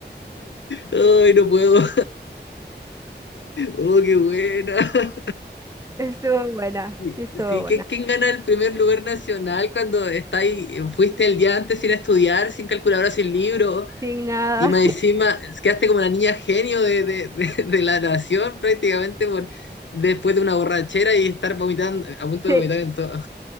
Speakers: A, on the left; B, on the right.
A: Ay, no puedo. Oh, qué buena.
B: Estuvo buena,
A: Y-
B: sí estuvo
A: Sí,
B: buena.
A: ¿qué- ¿quién gana el primer lugar nacional cuando está ahí- fuiste el día antes sin estudiar, sin calculadora, sin libro?
B: Sin nada,
A: Y más
B: <laughs>
A: encima, quedaste como la niña genio de, de, de- <laughs> de la nación prácticamente por, después de una borrachera y estar vomitando, a punto
B: Sí,
A: de vomitar en todo.